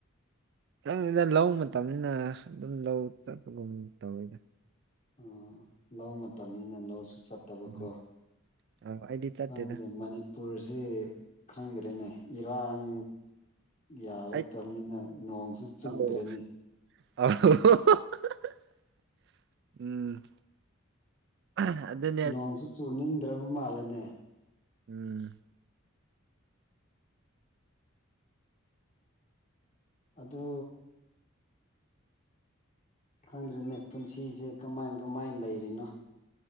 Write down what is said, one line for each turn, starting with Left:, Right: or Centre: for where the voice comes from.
Right: ꯈꯪꯗꯦꯗꯥ ꯂꯧ ꯃꯇꯝꯅꯤꯅ ꯑꯗꯨꯝ ꯂꯧ ꯆꯠꯄꯒꯨꯝ ꯇꯧꯋꯤꯗ
Left: ꯎꯝ ꯂꯧ ꯃꯇꯝꯅꯤꯅ ꯂꯧꯁꯨ ꯆꯠ ꯐꯠꯇꯕꯀꯣ
Right: ꯎꯝ ꯑꯧ ꯑꯩꯗꯤ ꯆꯠꯇꯦꯗ
Left: ꯈꯪꯗꯦ ꯃꯅꯤ ꯄꯨꯨꯔꯁꯤ ꯈꯪꯗ꯭ꯔꯦꯅꯦ ꯏꯔꯥꯡ ꯌꯥꯔꯛꯇꯝꯅꯤꯅ
Right: ꯑꯩ
Left: ꯅꯣꯡꯁꯨ ꯆꯨꯗ꯭ꯔꯦꯅꯤ
Right: ꯑꯧ <unintelligible> <unintelligible>
Left: ꯅꯣꯡꯁꯨ ꯆꯨꯅꯤꯡꯗ꯭ꯔꯕ ꯃꯥꯜꯂꯦꯅꯦ
Right: ꯎꯝ
Left: ꯑꯗꯨ ꯈꯪꯗ꯭ꯔꯦꯅꯦ ꯄꯨꯟꯁꯤꯁꯦ ꯀꯃꯥꯏ ꯀꯃꯥꯏ ꯂꯩꯔꯤꯅꯣ